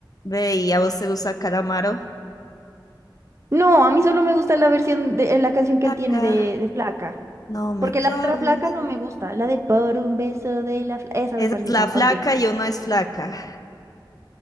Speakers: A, on the left (about 45°); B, on the right (about 35°).
A: ve y a vos te gusta Calamaro.
B: No, a mí solo me gusta la versión de eh, la canción
A: Flaca,
B: que él tiene de, de Flaca.
A: no me
B: Porque
A: claves.
B: la otra Flaca no me gusta. La de por un beso de la Flaca. Esa
A: Esa
B: me parece
A: es la
B: tan
A: flaca,
B: ordinaria.
A: yo no es flaca.